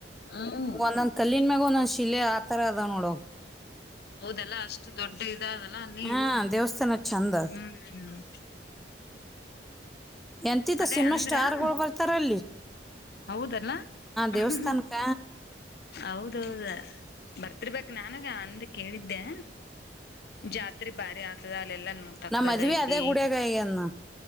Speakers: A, on the left; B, in the centre.
A: ಹ್ಮ್
B: ಒಂದೊಂದ್ ಕಲ್ಲಿನ್ ಮ್ಯಾಲ್ ನು ಶಿಲೆ ಆತರ ಅದಾವ ನೋಡ ಅವ
A: ಹೌದಲ್ಲ ಅಷ್ಟು ದೊಡ್ಡ ಇದ ಅದಲ್ಲ ಅಲ್ಲಿ.
B: ಹಾ ದೇವಸ್ಥಾನ ಚಂದ
A: ಇನ್ನ
B: ಅದ್
A: ಹ್ಮ್
B: ಎಂತಿತ
A: ಅದೇ
B: ಸಿನಿಮಾ
A: ಅಂದ್ರ
B: ಸ್ಟಾರ್ ಗಳು ಬರ್ತಾರಲ್ಲ.
A: ಹೌದಲ್ಲ
B: ದೇವಸ್ಥಾನಕ್ಕ
A: ಹು ಹು ಹೌದೌಹೌದ ಬರ್ತಿರ್ಬೇಕ ನಾನಗ ಅಂದ ಕೇಳಿದ್ದೆ. ಜಾತ್ರೆ ಭಾರಿ ಆಗ್ತದ ಅಲ್ಲೆಲ್ಲಾ ನೋಡ್ತಕ್ಕದಐತಿ
B: ನಮ್ ಮದ್ವಿ ಅದೇ ಗುಡಿಯಾಗ ಆಗ್ಯದ ನೋಡ್